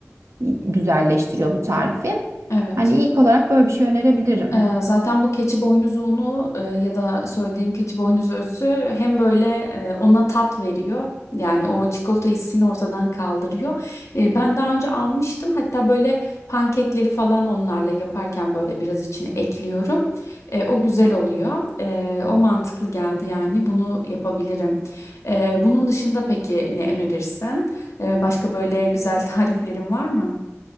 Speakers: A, on the right (about 70°); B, on the left (about 75°).
A: e, güzelleştiriyor bu tarifi.
B: evet.
A: Hani ilk olarak böyle bir şey önerebilirim.
B: Ee, Zaten bu keçi boynuzuğunu e, ya da söylediğim keçi boynuzu özü hem böyle e, ona tat veriyor. Yani o çikolata hissini ortadan kaldırıyor. E, Ben daha önce almıştım. Hatta böyle pankekleri falan onlarla yaparken böyle biraz içine ekliyorum. E, O güzel oluyor. E, O mantıklı geldi yani. Bunu yapabilirim. E, Bunun dışında peki ne önerirsin? E, Başka böyle güzel <laughs> tariflerin var mı?